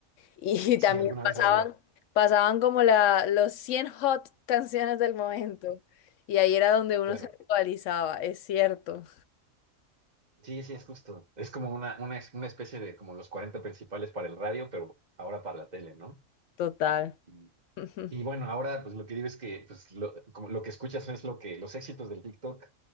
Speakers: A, on the left (about 70°); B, on the right (about 35°).
A: Y
B: Sí,
A: <laughs> también
B: alguna
A: pasaban,
B: vez lo vi,
A: pasaban como la, los 100 hot <laughs> canciones del momento. Y ahí era donde uno
B: claro.
A: se actualizaba, es cierto.
B: Sí, sí, es justo. Es como una, una, es- una especie de como los 40 principales para el radio, pero ahora para la tele, ¿no?
A: Total.
B: Y,
A: <laughs>
B: y bueno, ahora pues lo que digo es que pues, lo, como lo que escuchas es lo que, los éxitos del TikTok,